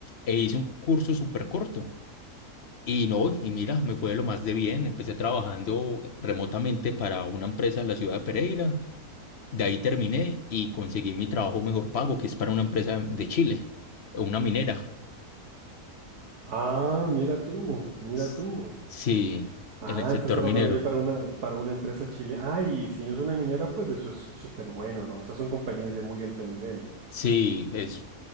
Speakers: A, on the left; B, on the right.
A: e hice un curso súper corto Y no, y mira, me fue de lo más de bien. Empecé trabajando remotamente para una empresa en la ciudad de Pereira. De ahí terminé y conseguí mi trabajo mejor pago, que es para una empresa de Chile, una minera.
B: Ah, mira tú, mira
A: S-
B: tú.
A: Sí,
B: Ah,
A: en el sector
B: estás trabajando
A: minero.
B: ya para una, para una empresa chile. Ay, si no es una minera, pues eso es súper bueno, ¿no? Esas son compañías de muy alto nivel.
A: Sí, es,